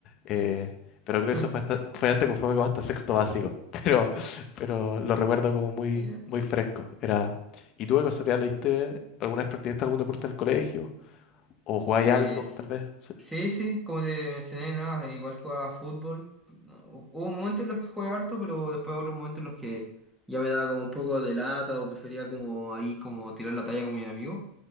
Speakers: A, on the left (about 45°); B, in the centre.
A: Eh, pero creo que
B: <laughs>
A: eso fue hasta, fue hasta conforme como hasta sexto básico. <laughs> Pero, pero lo recuerdo como muy,
B: Ya, ya,
A: muy
B: no,
A: fresco. Era, ¿Y tú
B: no.
A: de casualidad leíste alguna vez practicaste algún deporte en el colegio? ¿O jugáis
B: Eh,
A: algo,
B: s-
A: tal vez? Sí,
B: sí, sí, como te mencioné, nada, igual jugaba fútbol. No, hu- Hubo momentos en los que jugué harto, pero después otros momentos en los que ya me daba como un poco de lata o prefería como ahí como tirar la talla con mis amigos.